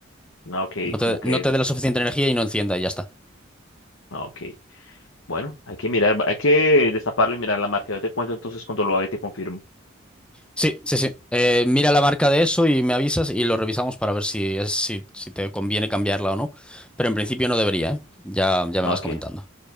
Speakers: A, on the left; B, in the centre.
A: No, ok,
B: No
A: como
B: te,
A: que
B: no te dé la suficiente energía y no encienda y ya está.
A: No, ok. Bueno, hay que mirar, hay que destaparlo y mirar la marca. Yo te cuento entonces cuando lo haga y te confirmo.
B: Sí, sí, sí. Eh, mira la marca de eso y me avisas y lo revisamos para ver si es, si, si te conviene cambiarla o no. Pero en principio no debería, ¿eh? Ya, ya
A: Ah,
B: me vas
A: ok.
B: comentando.
A: Claro.